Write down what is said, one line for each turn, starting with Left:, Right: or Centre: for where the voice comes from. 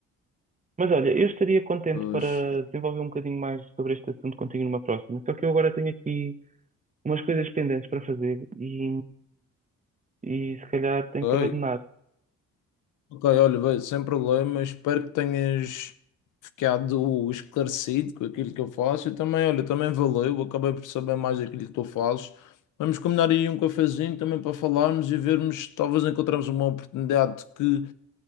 Right: Mas olha, eu estaria contente
Left: Pois,
Right: para desenvolver um bocadinho mais sobre este assunto contigo numa próxima, só que eu agora tenho aqui umas coisas pendentes para fazer e, e se calhar tenho
Left: ok,
Right: que abandonar.
Left: Ok, olha, vai, sem problema. Espero que tenhas ficado esclarecido com aquilo que eu faço. E também, olha, também valeu. Acabei por saber mais daquilo que tu fazes. Vamos combinar aí um cafezinho também para falarmos e vermos, talvez encontramos uma oportunidade que,